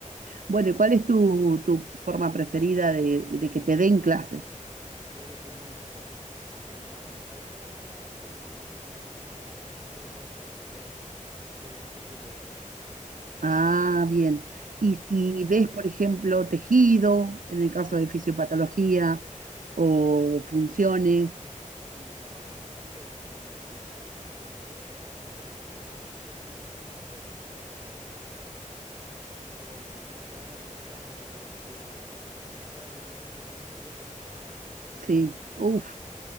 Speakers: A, on the right; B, on the right.
A: bueno, ¿y ¿cuál es tu, tu forma preferida de, de que te den clases?
B: Mira, yo soy muy visual. Es una pantalla y un- una presentación de PowerPoint y yo te, te entiendo todo así.
A: Ah, bien. Y si ves, por ejemplo, tejido, en el caso
B: Sí,
A: de fisiopatología, o funciones,
B: sí, me pasa mucho que el- el- los textos, si no los acompaño de una imagen, me cuesta mucho entenderlos, la verdad. Tipo, por ejemplo, ahora me toca de de fisiopatología la parte del sistema nervioso. Y
A: sí. Uf,